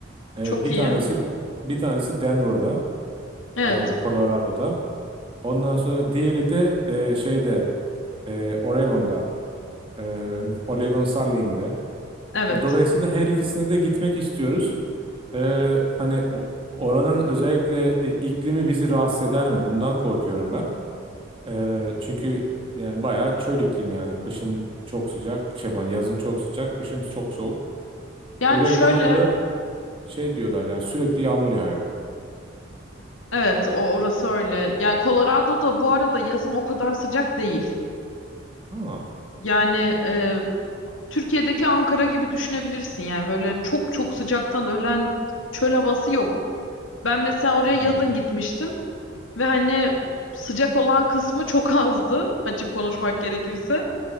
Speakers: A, on the right; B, on the left.
A: Ee,
B: çok
A: bir
B: iyi.
A: tanesi bir tanesi Denver'da,
B: Evet,
A: e, Colorado'da. Ondan sonra diğeri de e, şeyde e, Oregon'da, e, <laughs> Oregon Saarland'da.
B: evet.
A: Dolayısıyla her ikisine de gitmek istiyoruz. Ee, hani o- oranın özellikle e, iklimi bizi rahatsız eder mi? Bundan korkuyorum ben. Ee, çünkü yani bayağı çöl iklimi yani kışın çok sıcak, şey ben yazın çok sıcak, kışın çok soğuk.
B: Yani
A: Oregon'da
B: şöyle,
A: da şey diyorlar yani sürekli yağmur yağıyor.
B: evet, o orası öyle. Yani Colorado'da bu arada yazın o kadar sıcak değil.
A: Ha,
B: Yani e, Türkiye'deki Ankara gibi düşünebilirsin yani böyle çok çok sıcaktan ölen çöl havası yok. Ben mesela oraya
A: anladım.
B: yazın gitmiştim. Ve hani sıcak olan kısmı çok azdı <laughs> açık konuşmak gerekirse.